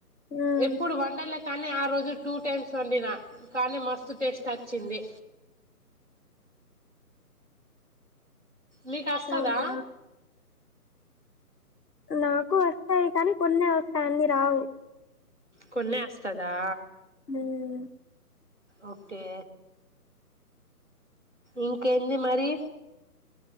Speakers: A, on the left (about 80°); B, in the centre.
A: ఉమ్
B: ఎప్పుడు వండలే కానీ ఆ రోజు టూ టైమ్స్ వండినా కానీ మస్తు టేస్ట్ వచ్చింది మీకుస్తస్తదా
A: అవునా నాకు వస్తాయి కానీ కొన్ని వస్తాయి అన్ని రావు
B: కొన్ని వస్తదా
A: ఉమ్
B: ఒకే ఇంకేంది మరి